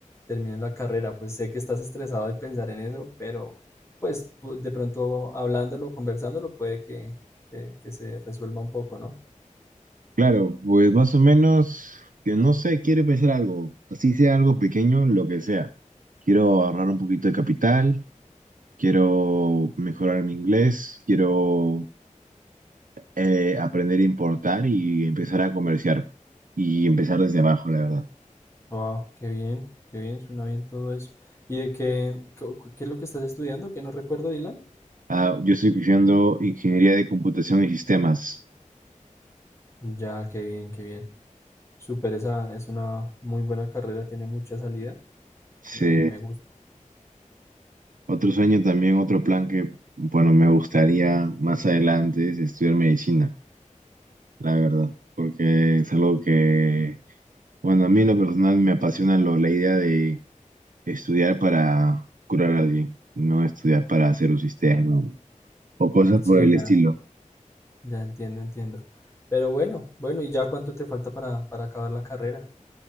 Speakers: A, on the left; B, on the right.
A: termines la carrera, pues sé que estás estresado de pensar en eso, pero pues pu- de pronto hablándolo, conversándolo, puede que que, que se resuelva un poco, ¿no?
B: Claro, pues más o menos, que no sé, quiero empezar algo, así sea algo pequeño, lo que sea. Quiero ahorrar un poquito de capital quiero mejorar mi inglés, quiero eh, aprender a importar y empezar a comerciar y empezar desde abajo, la verdad.
A: Wow, qué bien, qué bien, suena bien todo eso. ¿Y de qué, cu- cu- qué es lo que estás estudiando? Que no recuerdo, Dylan.
B: Ah, yo estoy estudiando ingeniería de computación y sistemas.
A: Ya, qué bien, qué bien. Súper, esa es una muy buena carrera, tiene mucha salida.
B: Sí.
A: Me, me gusta.
B: Otro sueño también, otro plan que, bueno, me gustaría más adelante es estudiar medicina, la verdad, porque es algo que, bueno, a mí en lo personal me apasiona lo- la idea de estudiar para curar a alguien, y no estudiar para hacer un sistema o cosas
A: Sí,
B: por el
A: ya,
B: estilo.
A: ya entiendo, entiendo. Pero bueno, bueno, ¿y ya cuánto te falta para, para acabar la carrera?